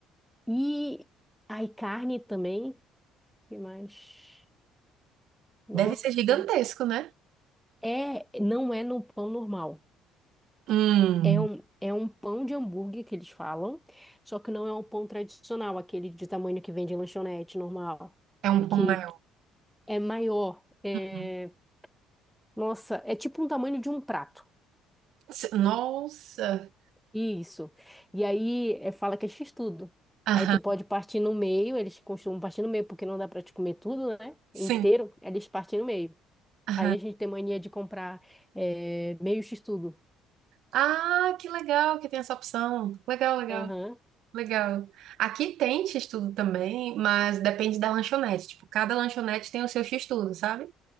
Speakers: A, in the centre; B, on the right (about 70°).
A: E aí carne também, que mais? Nossa.
B: Deve ser gigantesco, né?
A: É, não é no pão normal.
B: Hum,
A: É um, é um pão de hambúrguer que eles falam, só que não é um pão tradicional, aquele de tamanho que vende em lanchonete normal,
B: é um pão
A: que
B: maior.
A: é maior. É,
B: Uhum.
A: nossa, é tipo um tamanho de um prato.
B: Se- Nossa!
A: Isso. E aí é, fala que é x-tudo.
B: Aham,
A: Aí tu pode partir no meio, eles costumam partir no meio, porque não dá pra te comer tudo, né?
B: sim.
A: Inteiro, eles partem no meio.
B: Aham.
A: Aí a gente tem mania de comprar é, meio x-tudo.
B: Ah, que legal que tem essa opção. Legal, legal,
A: Aham,
B: legal. Aqui tem X-Tudo também, mas depende da lanchonete. Tipo, cada lanchonete tem o seu X-Tudo, sabe?